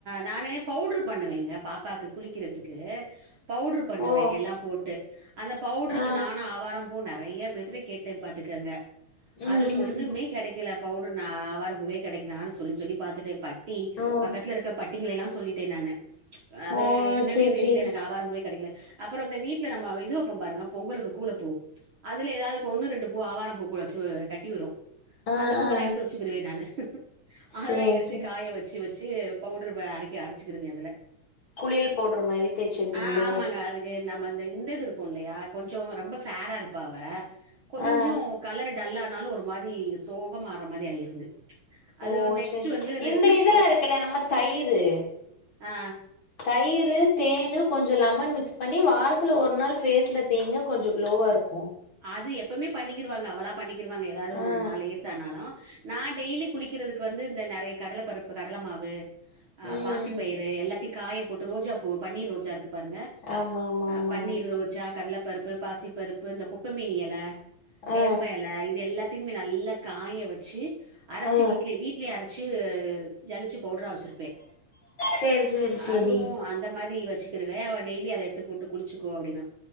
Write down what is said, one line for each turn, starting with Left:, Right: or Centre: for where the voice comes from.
Right: நானு பவுட்ரு பண்ணுவேங்க பாப்பாக்கு குளிக்கிறதுக்கு பவுட்ரு பண்ணுவே
Left: ஓ
Right: எல்லாம் போட்டு அந்த பவுட்ருக்கு
Left: ஆ
Right: நானு ஆவாரம் பூ நறைய பேத்துட்ட கேட்டே பாத்துக்கங்க
Left: ம்
Right: அது
Left: ம்
Right: ஒண்ணுமே கெடைக்கில பவுட்ரு நா ஆவார பூவே கெட நானு ஸ் சொல்லி சொல்லி பாத்துட்டே பட்டி
Left: ஓ
Right: க பட்டிங்கள எல்லா சொல்லிட்டே நானு அது
Left: ஓ
Right: என்னன்னே
Left: சேரி
Right: தெரில
Left: சேரி
Right: எனக்கு ஆவாரம் பூவே கெடக்கல அப்புற இந்த வீட்ல நம்ம இது வெப்போம் பாருங்க பொங்கலுக்கு கூலப்பூ அதுல எதாவது இப்ப ஒண்ணு ரெண்டு பூ ஆவாரம் பூ கூ வெச்சு கட்டி வரு
Left: ஆ
Right: அந்த பூவலா
Left: ஆ
Right: எடுத்து வெச்சுக்குருவே நானு அதெல்லா
Left: சேரி
Right: எடுத்து
Left: சேரி
Right: காய வெச்சு வெ ச்சு பவுட்ரு வ அரைக்கி அரைச்சுக்குருவே அதுல
Left: குளியல் போட்ற மாரி தேய்ச்சிருப்பீங்களோ
Right: ஆ ஆமாங்க அதுக்கு நம்ம அந்த இந்தது இருக்கு இல்லையா கொஞ்சோ ரொம்ப ஃபேரா இருப்பா அவ கொஞ்சூ
Left: ஆ ஆ
Right: கலரு டல்லா னாலு ஒரு மாதி சோகம் ஆற மாதி ஆயிருது அது
Left: ஓ
Right: நெக்ஸ்ட்
Left: செரி ச
Right: வந்து ரெசிஸ்
Left: இந்த இதுல இருக் ல நம்ம தயிரு
Right: ஆ
Left: தயி ரு தேனு கொஞ்சோ லெமன் மிக்ஸ் பண்ணி வாரத்துல ஒரு நாள் ஃபேஸ்ல தேய்ங்க கொஞ்சோ க்ளோவா இருக்கு
Right: அது எப்பமே பண்ணிக்கிருவாங்க அவளா பண்ணிக்கிருவாங்க எதாவது ஒண்ணு
Left: ஆ
Right: நா லேச ஆனாலு நா டெய்லி குளிக்கிறதுக்கு வந்து இந்த நறைய கடல பருப்பு கடல மாவு ஆஹ்
Left: ம்
Right: பாசி பயிறு எல்லாத்த காய போட்டு ரோஜாப்பூவு பன்னீர் ரோஜா இருக்கு பாருங்க
Left: ஆமா ஆமா
Right: அ
Left: ஆமா
Right: பன்னீர் ரோஜா கடல பருப்பு பாசி பருப்பு இந்த ப்பமேனி எல
Left: ஆ
Right: வேப்ப எல இது எல்லா ம்பி நல்லா காய வெச்சி அரைச்சி
Left: ஆ ஆ
Right: வீட்லே வீட்லே அரை சு ஜலிச்சு பவுட்ரா வெச்சிருப்பே
Left: சேரி சேரி சேரி
Right: அதுவு அந்த மாரி வெச்சுக்கிருவே அவ டெய்லி அத எடு போட்டு குளிச்சிக்கோ அப்படின்னா